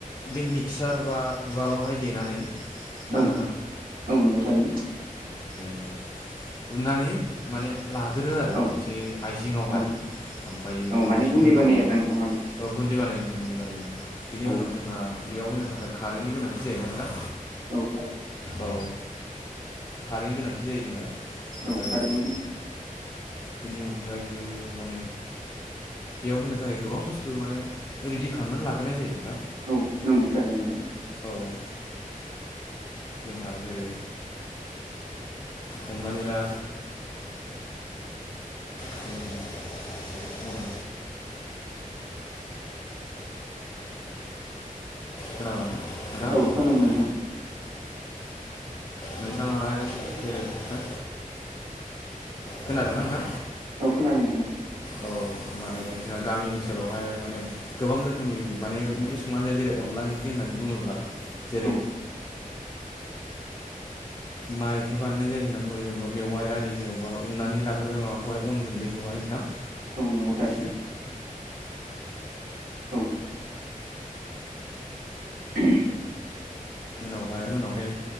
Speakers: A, on the left; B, on the right.
A: बि मिक्सार बा उवालावहाय देनानै ना
B: औ
A: नांथां?
B: औ नोंगौ थारैनो।
A: ए उननानै माने लागोरो आरो
B: औ
A: मोनसे आइजेेंआवहाय
B: औ
A: ओमफायो
B: औ माने
A: बिनि
B: गुन्दै
A: उनावबो
B: बानायो आरोना नोंथां माने
A: औ गुन्दै बानायनि ओमफाय गुन्दै बानायो बिनि
B: औ
A: उनाव जोंहा बेयाव होनो थाखाय खारैनि गोनांथि जायोना ओंथां?
B: औ औ
A: औ खारैनि गोनांथि जायो जोंहा
B: औ
A: आरो
B: थारैनो नोंथां
A: बिनि अनगायैबो माने बेयाव होनो थाखाय गोबां बुस्थु माने रेडि खालामनान लाग्रोनाय जायो नोंथां।
B: औ नोंगौ थारैनो थां।
A: औ जोंहा जेरै हमनानै ला <unintelligible> अरा खोनाबाय ना दा
B: औ खोनादों
A: <unintelligible>
B: नोंथां
A: नोंथाङाहाय ओ नोंथां खोनादोंना नोंथां
B: औ खोनादों नोंथां।
A: औ माने जोंहा गामि ओनसोलावहाय माने गोबां रोखोमनि माने ओंख्रि संनानै जायो जेरै अनला ओंख्रि होननानै बुङोब्ला जेरै
B: औ
A: मायैहाय बानायनाय जायो होनना बुङो जेनेबा मेवाइ आरि जेनबा उननानै लाग्रोबाय माबाखौहाय अन गुन्दैखौहाय नोंथां
B: औ नंगौ थाय
A: बिनि
B: औ <unintelligible>
A: उनावहाय उनावहाय